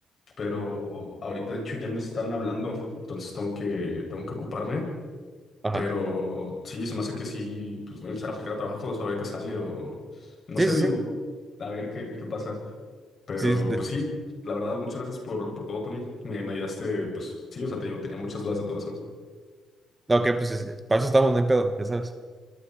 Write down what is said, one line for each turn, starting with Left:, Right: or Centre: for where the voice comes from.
Left: pero ahorita de hecho ya me están hablando, entonces tengo que, tengo que ocuparme,
Right: Ajá.
Left: pero sí, se me hace que sí, pues voy a empezar a aplicar a trabajos, a ver qué sale o no
Right: Sí,
Left: sé,
Right: sí,
Left: digo,
Right: sí.
Left: a ver qué, qué pasa, pero
Right: Sí, de-
Left: pues sí, la verdad, muchas gracias por, por todo, Tony, me, me ayudaste, pues sí, o sea, te digo, tenía muchas dudas de todo eso.
Right: ok, pues sí, sí. para eso estamos, no hay pedo, ya sabes.